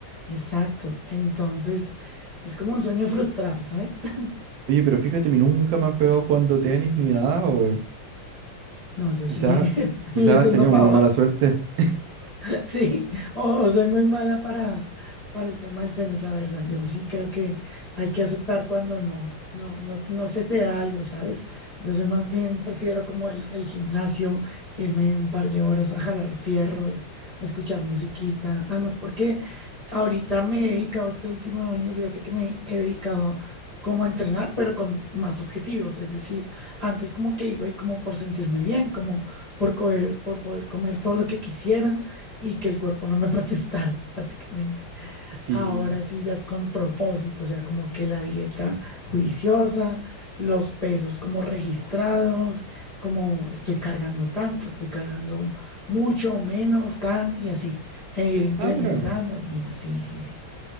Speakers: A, on the left; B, on the right.
A: Exacto. Entonces, es como un sueño frustrado, ¿sabes? <laughs>
B: Oye, pero fíjate, a mí nunca me han pegado jugando tenis ni nada, o
A: No, yo
B: Quizás,
A: sí <laughs>
B: quizás
A: le
B: has
A: tengo
B: tenido
A: pavor.
B: muy mala suerte. <laughs>
A: <laughs> Sí, oh, soy muy mala para, para el tema del tenis, la verdad. Yo sí creo que hay que aceptar cuando no, no, no, no se te da algo, ¿sabes? Yo soy más bien, prefiero como el, el gimnasio, irme un par de horas a jalar fierros, escuchar musiquita. Además, porque ahorita me he dedicado este último año, fíjate que me he dedicado como a entrenar, pero con más objetivos. Es decir, antes como que iba y como por sentirme bien, como por comer, por poder comer todo lo que quisiera y que el cuerpo no me <laughs> protestara, básicamente.
B: sí.
A: Ahora sí ya es con propósito, o sea, como que la dieta juiciosa, los pesos como registrados, como estoy cargando tanto, estoy cargando mucho o menos, tan y así, e ir incrementando.
B: Ah, mira,
A: Mira, sí, sí, sí.